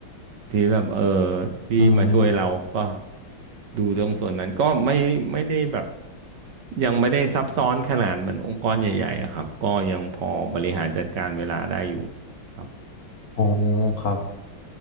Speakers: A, on the right; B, on the left.
A: ที่แบบเออที่มาช่วยเราก็
B: อืม
A: ดูตรงส่วนนั้นก็ไม่ไม่ได้แบบยังไม่ได้ซับซ้อนขนาดเหมือนองค์กรใหญ่ๆอะครับก็ยังพอบริหารจัดการเวลาได้อยู่ครับ
B: อ๋อครับ